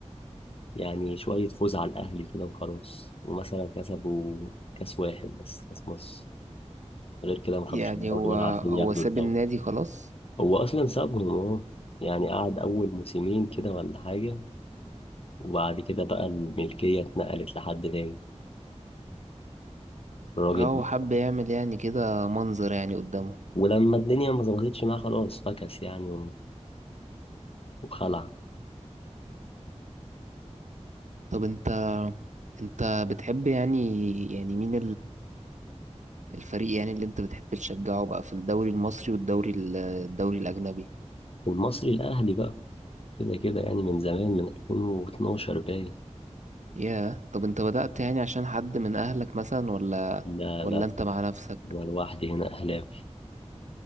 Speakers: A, on the left; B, on the right.
A: يعني شويه فوز على الاهلي كده وخلاص ومثلا كسبوا كاس واحد بس كاس مصر غير كده ما خدوش
B: يعني
A: الدوري
B: هو
A: ولا عارفين
B: هو
A: ياخدوا
B: ساب
A: الدوري
B: النادي خلاص
A: هو اصلا سابهم اه يعني قعد اول موسمين كده ولا حاجه وبعد كده بقى الملكيه اتنقلت لحد تاني الراجل
B: اه هو حب يعمل يعني كده منظر يعني قدامه
A: ولما الدنيا ما ظبطتش معاه خلاص فكس يعني وخلع
B: طب انت انت بتحب يعني يعني مين الفريق يعني اللي انت بتحب تشجعه بقى في الدوري المصري والدوري ال- الدوري الأجنبي
A: والمصري الأهلي بقى كده كده يعني من زمان من 2012 باين
B: ياه طب انت بدأت يعني عشان حد من أهلك مثلا ولا
A: لا
B: ولا
A: لا
B: انت مع نفسك
A: أنا لوحدي هنا أهلاوي